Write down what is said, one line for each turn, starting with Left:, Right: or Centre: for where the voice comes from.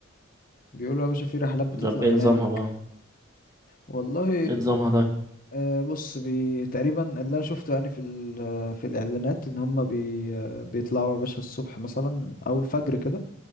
Left: بيقولوا يا باشا في رحلات بتطلع
Right: طب ايه
Left: هناك
Right: نظامها بقى
Left: والله
Right: ايه نظامها ده
Left: آه، بص بي تقريبا اللي انا شفته يعني في ال- في الاعلانات ان هم بي بيطلعوا يا باشا الصبح مثلا او الفجر كده